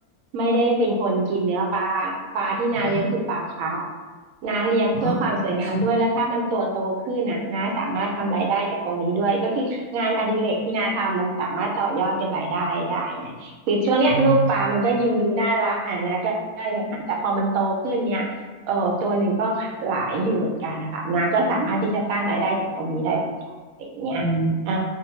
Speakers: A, on the right (about 80°); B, on the left (about 75°).
A: ไม่ได้เป็นคนกินเนื้อปลา ปลาที่น้าเลี้ยงคือปลาคาร์ฟ
B: อ๋อ
A: น้าเลี้ยงเพื่อความสวยงามด้วยแล้วถ้ามันตัวโตขึ้นอ่ะน้าสามารถทำรายได้จากตรงนี้ด้วยก็คืองานอดิเรกที่น้าทำมันสามารถต่อยอดเป็นรายได้ได้ไงคือช่วงเนี้ยลูกปลามันก็ยังดูน่ารักอ่ะน้าก็ได้ทางหาแต่พอมันโตขึ้นเนี่ย
B: อ๋อค่ะอืม
A: เออตัวหนึ่งก็หลายอยู่เหมือนกันนะคะนาก็สามารถที่จะสร้างรายได้จากตรงนี้ได้เหมือนกันอะไรอย่างเงี้ยอ่า
B: อืม